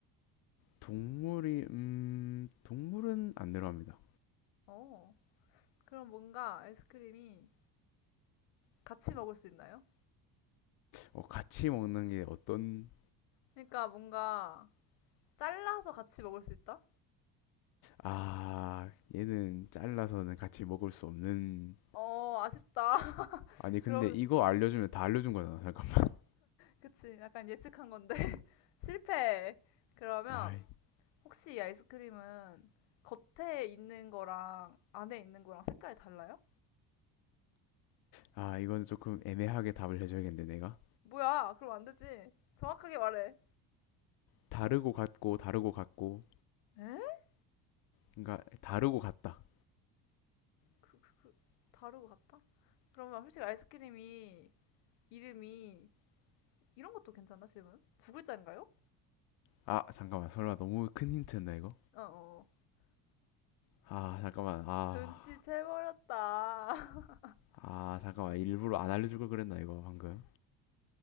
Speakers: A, on the left (about 55°); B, on the left (about 80°).
A: 동물이, 음, 동물은 안 들어갑니다.
B: 어, 그럼 뭔가 아이스크림이 같이 먹을 수 있나요?
A: 어, 같이 먹는 게 어떤
B: 그러니까 뭔가 잘라서 같이 먹을 수 있다?
A: 아, 얘는 잘라서는 같이 먹을 수 없는.
B: 어, 아쉽다. <laughs>
A: 아니, 근데
B: 그럼,
A: 이거 알려주면 다 알려준 거잖아. 잠깐만.
B: 그치. 약간 예측한 건데. <laughs> 실패.
A: <laughs>
B: 그러면
A: 아,
B: 혹시 이 아이스크림은 겉에 있는 거랑 안에 있는 거랑 색깔이 달라요?
A: 아, 이거는 조금 애매하게 답을 해줘야겠는데, 내가.
B: 뭐야, 그럼 안 되지. 정확하게 말해.
A: 다르고 같고, 다르고 같고.
B: 에?
A: 그러니까, 다르고 같다.
B: 그, 다르고 같다? 그러면 솔직히 아이스크림이 이름이 이런 것도 괜찮나, 질문? 두 글자인가요?
A: 아, 잠깐만. 설마 너무 큰 힌트였나, 이거?
B: 어어.
A: 아, 잠깐만. 아,
B: 눈치 채버렸다. <laughs>
A: 아, 잠깐만. 일부러 안 알려줄 걸 그랬나, 이거, 방금.